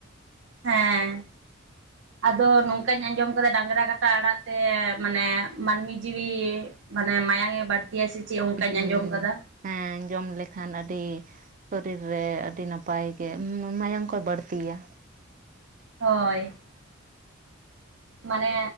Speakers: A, on the right; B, on the right.
A: ᱦᱮᱸᱻ ᱟᱫᱚ ᱱᱚᱝᱠᱟᱧ ᱟᱸᱡᱚᱢ ᱟᱠᱟᱫᱟ ᱰᱟᱝᱨᱟ ᱠᱟᱴᱟ ᱟᱲᱟᱜ ᱛᱮ ᱢᱟᱱᱮ ᱢᱟᱹᱱᱢᱤ ᱡᱤᱣᱤ ᱢᱟᱱᱮ ᱢᱟᱭᱟᱝ ᱮ ᱵᱟᱹᱲᱛᱤᱭᱟ ᱥᱮ ᱪᱮᱫ ᱚᱱᱠᱟᱧ
B: ᱦᱮᱸ
A: ᱟᱸᱡᱚᱢ ᱟᱠᱟᱫᱟ
B: ᱦᱮᱸ ᱡᱚᱢ ᱞᱮᱠᱷᱟᱱ ᱟᱹᱰᱤ ᱥᱚᱨᱤᱨ ᱨᱮ ᱟᱹᱰᱤ ᱱᱟᱯᱟᱭ ᱜᱮ ᱢᱟᱭᱟᱝ ᱠᱚ ᱵᱟᱹᱲᱛᱤᱭᱟ
A: ᱦᱳᱭ ᱢᱟᱱᱮ